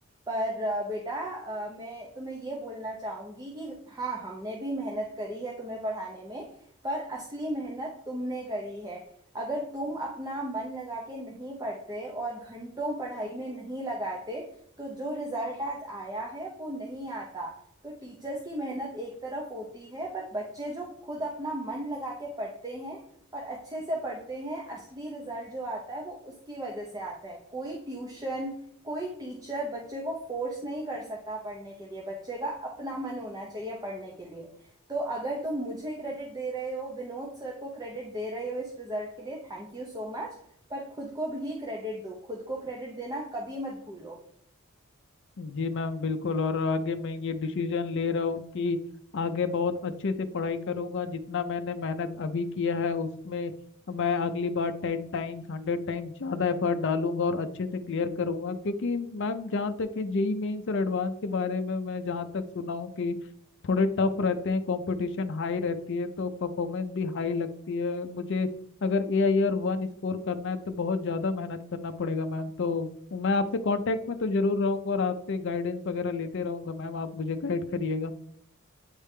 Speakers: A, on the right; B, on the left.
A: पर अ, बेटा अ, मैं तुम्हें ये बोलना चाहूँगी कि हाँ हमने भी मेहनत करी है तुम्हें पढ़ाने में पर असली मेहनत तुमने करी है अगर तुम अपना मन लगा के नहीं पढ़ते और घंटों पढ़ाई में नहीं लगाते तो जो रिजल्ट आज आया है वो नहीं आता तो टीचर्स की मेहनत एक तरफ होती है पर बच्चे जो खुद अपना मन लगा के पढ़ते हैं और अच्छे से पढ़ते हैं असली रिजल्ट जो आता है वो उसकी वजह से आता है कोई ट्यूशन कोई टीचर बच्चे को फोर्स नहीं कर सकता पढ़ने के लिए बच्चे का अपना मन होना चाहिए पढ़ने के लिए तो अगर तुम मुझे क्रेडिट दे रहे हो विनोद सर को क्रेडिट दे रहे हो इस रिजल्ट के लिए थैंक यू सो मच पर खुद को भी क्रेडिट दो खुद को क्रेडिट देना कभी मत भूलो
B: जी मैम बिल्कुल और आगे मैं ये डिसीजन ले रहा हूँ कि आगे बहुत अच्छे से पढ़ाई करूँगा जितना मैंने मेहनत अभी किया है उसमें मैं अगली बार टेन टाइम्स हंड्रेड टाइम्स ज़्यादा एफर्ट डालूंगा और अच्छे से क्लियर करूँगा क्योंकि मैम जहाँ तक है जेई मेंस और एडवांस के बारे में मैं जहाँ तक सुना हूँ कि थोड़े टफ रहते हैं कंपटीशन हाई रहती है तो परफॉर्मेंस भी हाई लगती है मुझे अगर A I R one score करना है तो बहुत ज़्यादा मेहनत करना पड़ेगा मैम तो तो मैं आपसे कांटेक्ट में तो जरूर रहूंगा और आपसे गाइडेंस वगैरह लेते रहूंगा मैम आप मुझे गाइड करिएगा